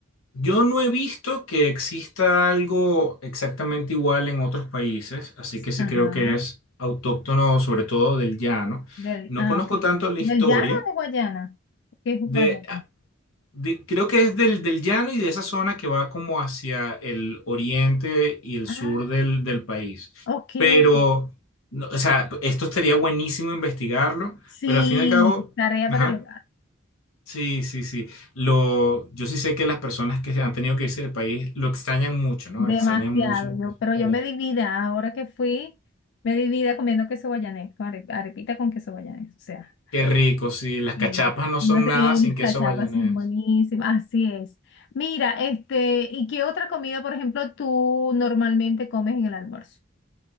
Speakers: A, on the left; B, on the left.
A: Yo no he visto que exista algo exactamente igual en otros países, así que sí
B: Ajá,
A: creo que
B: ¿no?
A: es autóctono, sobre todo del llano.
B: Del,
A: No
B: ah,
A: conozco
B: ok.
A: tanto la
B: ¿Del
A: historia
B: llano o de Guayana? ¿Qué es Guayana?
A: de, ah, de- creo que es del, del llano y de esa zona que va como hacia el oriente y el sur
B: Ah,
A: del, del país.
B: ok.
A: Pero, no, o sea, esto estaría buenísimo investigarlo,
B: Sí,
A: pero al fin y al cabo,
B: tarea
A: ajá.
B: para el hogar.
A: Sí, sí, sí. Lo, yo sí sé que las personas que han tenido que irse del país lo extrañan mucho, ¿no?
B: Demasiado.
A: Extrañan mucho el
B: Yo,
A: queso
B: pero
A: guayanés.
B: yo me divida, ahora que fui, me divida comiendo queso guayanés, con are- arepita con queso guayanés, o sea.
A: Qué rico, sí. Las
B: Sí,
A: cachapas no
B: no
A: son
B: sé,
A: nada
B: eh,
A: sin
B: las
A: queso
B: cachapas
A: guayanés.
B: son buenísimas, así es. Mira, este, ¿y qué otra comida, por ejemplo, tú normalmente comes en el almuerzo?